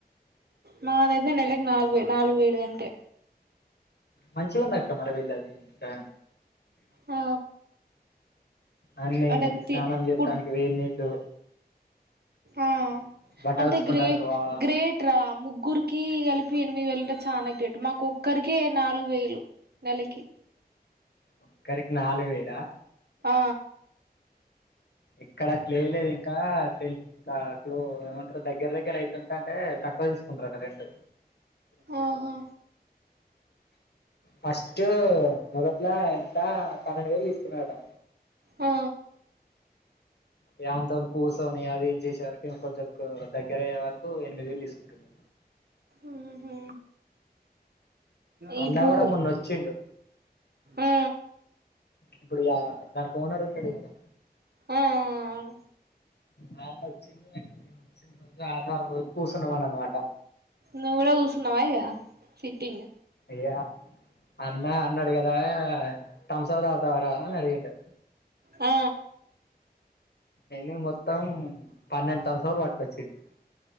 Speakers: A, on the right; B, on the left.
A: మా దైతే నెలకు నాలుగు నాలుగు వేలు గంతే
B: మంచిగుందక్క అక్క మరి వీళ్ళది ఇక్కడ
A: ఆ
B: అన్ని
A: అంటే
B: స్నానం
A: తి
B: చేత్తానికి
A: ఫుడ్
B: వేన్నీళ్ళు
A: ఆ
B: బట్టలు
A: అంటే
B: ఉతుకుంటానికి
A: గ్రే
B: వా
A: గ్రేట్రా ముగ్గురికి కలిపి ఎనిమిది వేలంట్ చనా గ్రేట్ మాకు ఒక్కరికే నాలుగు వేలు నెలకి
B: ఒక్కరికి నాలుగు వేలా
A: అ
B: ఇక్కడ తెలియలేదు ఇంకా తెలిసు ఇంకా అటు ఏమంటరు దగ్గర దగ్గర ఎంతుందంటే తెల్సుసుకుంటరట రెంటు
A: అ హా
B: ఫస్ట్ మొదట్లో ఇంత పన్నెండు వేలు తీసుకున్నరట
A: ఆ
B: ఏ అంతని కూసోని అ ఇగ వేట్ చేసేవరికె కొంచెం దగ్గ ఎక్కర అయ్య వరకు ఎనిమిది వేలు తీసుకుంటుండు
A: ఉ హూ ఇపు
B: అన్న కూడా మొన్న వచ్చిండు
A: ఆ
B: ఇప్పుడు ఆ దానికి ఓనర్ ఉంటడు కదా
A: ఆ అవును
B: ఆ అన్న వచ్చిండు మేము వచ్చిన రోజు ఆధార్ రోజు కూసున్నం అన్నమాట
A: నువ్వు కూడా కూసున్నావా ఇగా సిట్టింగ్
B: ఏ అన్న అన్నాడుగదా తమ్సప్ తాగుతావరా అని అడిగిండు
A: ఆ
B: ఎన్ని మొత్తం పన్నెండు తమ్సప్ లు పట్టుకొచ్చిండు